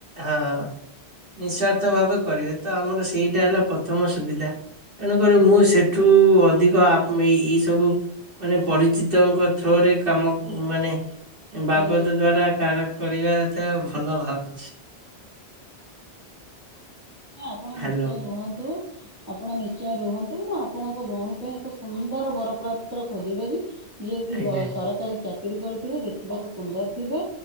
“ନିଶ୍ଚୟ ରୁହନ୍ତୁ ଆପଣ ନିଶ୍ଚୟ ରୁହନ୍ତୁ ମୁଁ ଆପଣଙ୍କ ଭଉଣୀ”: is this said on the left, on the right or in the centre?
Right